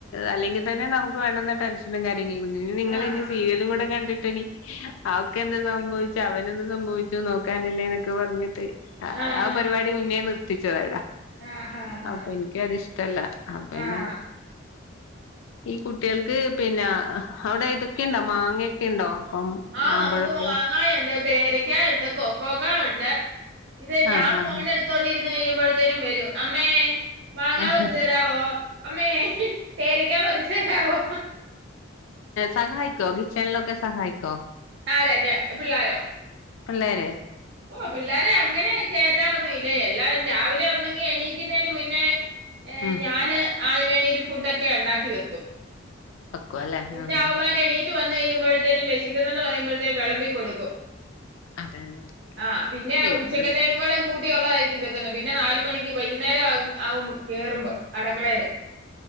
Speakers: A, on the left; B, on the right.
A: അല്ലെങ്കിൽ തന്നെ നമുക്ക് ടെൻഷനും കാര്യങ്ങള നിങ്ങൾ
B: ആഹ്
A: ഇനി സീരിയലും കൂടെ കണ്ടിട്ട് ഇനി അവർക്ക് ഒക്കെ എന്താ സംഭവിച്ച അവനൊന്ന് സംഭവിച്ചു നോക്കാനല്ലേ എന്നൊക്കെ പറഞ്ഞിട്ട്
B: ആഹ്
A: ആ
B: ആഹ്
A: പരിപാടി മുന്നേ നിർത്തിച്ചതവിടാ.
B: ആഹ് ആഹ് ആഹ്
A: അപ്പൊ എനിക്ക് അത്ഷ്ടല്ല അപ്പൊ പിന്നെ
B: ആഹ്
A: ഈ കുട്ടികൾക്ക് പിന്നെ അവിടെ ഇതൊക്കെണ്ടോ മാങ്ങൊക്കെ ഉണ്ടോ? അപ്പം
B: ആ
A: മാമ്പഴൊക്കെ
B: നമുക്ക് മാങ്ങായുണ്ട് പേരക്കാ ഉണ്ട് കൊക്കോക്കായ ഉണ്ട് ഇത് ഞാൻ
A: ആഹ്
B: ഫോൺ
A: ആഹ്
B: എടുത്തോണ്ടി ഇരുന്ന് കഴിയുമ്പോഴത്തേനും വരും അമ്മേ.. മാങ്ങാ
A: ആഹ്
B: പറിച്ചു തരാവോ അമ്മേ പേരക്ക പറിച്ച് തരാവോ?
A: സഹായിക്കോ കിച്ചണി ലൊക്കെ സഹായിക്കോ?
B: ആ ആ പിള്ളോരോ?
A: പിള്ളേരെേ
B: ഓ പിള്ളേരെ അങ്ങനെ കേയറ്റാറൊന്നും ഇല്ല എല്ലാരും. രാവിലെ ന്നെങ്കിൽ എണീക്കുന്നതിന് മുന്നേ
A: ഉം
B: ഞാന്. ആദ്യം ണീറ്റ് ഒരു ഫുഡ് ഒക്കെ ഉണ്ടാക്കി വെക്കും.
A: <unintelligible>
B: പിന്നെ അവന്മാര് എണീറ്റ് വന്ന് കഴിയുമ്പോഴത്തേനും വിശിക്കുന്നന്ന് പറയുമ്പോഴത്തേും വിളമ്പിക്ക കൊടുക്കും.
A: അതെ അതെ.
B: ആഹ പിന്നെ
A: അല്ലെ ഇപ്പോഴ
B: ഉച്ചക്കത്തേനും കൂടെ കൂട്ടിയുള്ളതയി. വെക്കുന്നെ പിന്നെ നാൽ മണിക്ക് വൈകുന്നേരം ആകു കേറുമ്പം അടുക്കളയില്.